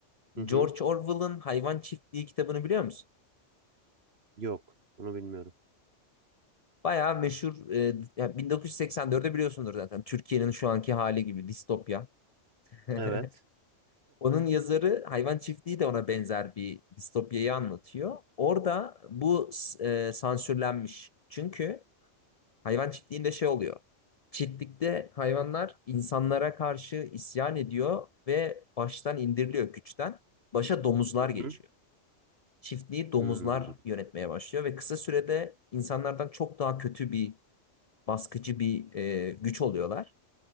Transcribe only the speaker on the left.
George Orwell'ın Hayvan Çiftliği kitabını biliyor musun?
Bayağı meşhur e, ya 1984'te biliyorsundur zaten. Türkiye'nin şu anki hali gibi distopya. <laughs>
Onun yazarı Hayvan Çiftliği de ona benzer bir distopyayı anlatıyor. Orada bu e, sansürlenmiş. Çünkü Hayvan Çiftliği'nde şey oluyor. Çiftlikte hayvanlar insanlara karşı isyan ediyor ve baştan indiriliyor güçten. Başa domuzlar
geçiyor.
Çiftliği domuzlar
yönetmeye başlıyor ve kısa sürede insanlardan çok daha kötü bir baskıcı bir e, güç oluyorlar.